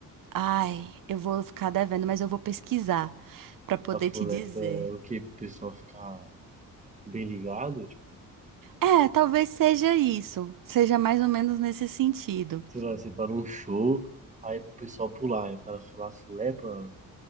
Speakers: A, on the right (about 65°); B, on the right (about 20°).
A: Ai, eu vou ficar devendo, mas eu vou pesquisar pra poder
B: A fulepa
A: te dizer.
B: é pra, o quê? Pro pessoal ficar bem ligado? Tipo,
A: É, talvez seja isso. Seja mais ou menos nesse sentido.
B: sei lá, você tá num show, aí é pro pessoal pular, e o cara falar fulepa,